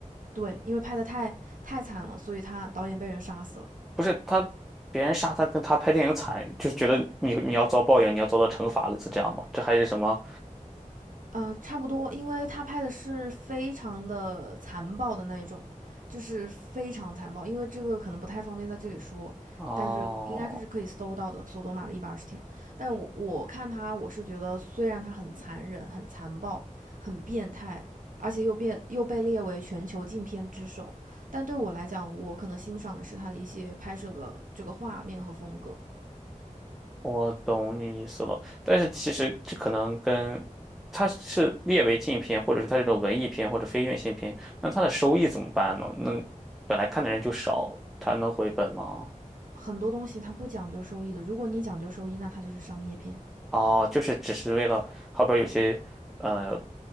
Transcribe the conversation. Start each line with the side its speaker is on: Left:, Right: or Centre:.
Right: 对，因为拍的太太惨了，所以他导演被人杀死了。
Centre: 不是他，别人杀他跟他拍电影惨，就是觉得你你要遭报应，你要遭到惩罚了，是这样吗？这还是什么？
Right: 呃，差不多，因为他拍的是非常的残暴的那种，就是非常残暴。因为这个可能不太方便在这里说，
Centre: 哦。
Right: 但是应该是可以搜到的《索多玛的一百二十天》。但我我看他，我是觉得虽然他很残忍、很残暴、很变态，而且又变又被列为全球禁片之首，但对我来讲，我可能欣赏的是他的一些拍摄的这个画面和风格。
Centre: 我懂你意思了，但是其实这可能跟它是列为禁片，或者是它这种文艺片或者非院线片，那它的收益怎么办呢？那本来看的人就少，它能回本吗？
Right: 很多东西它不讲究收益的，如果你讲究收益，那它就是商业片。
Centre: 哦，就是只是为了，后边有些呃